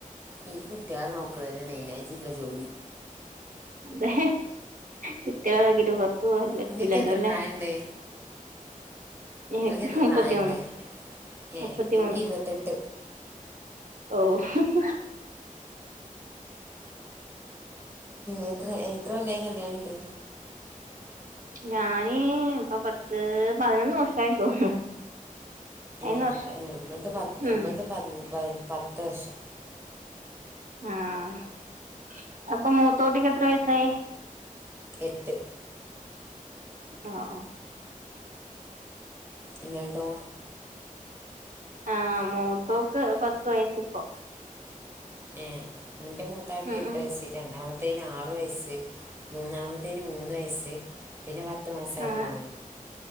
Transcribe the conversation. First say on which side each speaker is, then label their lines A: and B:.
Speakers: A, on the right; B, on the right.
A: ഈ കുട്ടികളെ നോക്കണ തന്നെ മെയിന ആയിട്ട ഇല്ല ജോലി
B: അതെ കുട്ടികളങ്കി് പുറത്ത പോകൻ പറ്റൂലല്ലോ
A: നിങ്ങൾക്ക് എത്ര
B: അല്ലെ
A: പ്രായമുണ്ട്
B: എനക്ക്
A: നിങ്ങൾക്ക് എത്ര
B: മുപ്പത്തി
A: പ്രായമുണ്ട്
B: മൂന്ന്
A: ഏ
B: മുപ്പത്തി
A: എനിക്ക്
B: മൂന്ന്
A: ഇരുപത്തെട്ട്
B: ഓ <unintelligible>
A: എത്ര എത്രയ കൊല്ലായ് കല്യാണംിണ്ട്
B: ഞാന് ഇപ്പൊ പത്ത് പതിനൊന്ന് വർഷമായി തോന്നുന്നു പതിനൊന്ന്
A: ഏ
B: വർഷമായി
A: നമ്മള പത്ത് നമ്മൾത്തെ
B: ഉം
A: പത്ത് വർഷം
B: ആഹ്അപ്പൊ മൂത്ത കുട്ടിക്ക് എത്ര വയസ്സായി
A: എട്ട്
B: ആഹ് ആഹ്
A: ഇങ്ങൾതോ
B: ആഹ് മൂത്തോക്ക് പത്ത് വയസ്സ്ഇപ്പൊ
A: ഏഹ് എന്റെ മൂത്താക്കി
B: ഉം
A: എട്ട്
B: ഉം
A: വയസ്സി രണ്ടാമത്ത് ത്തൈന് ആറ് വയസ്സ് മൂന്നാമത്തൈന് മൂന്ന് വയസ്സ് പിന്നെ പത്ത് മാസ്സായ
B: ആഹ്
A: ഒര്മോനും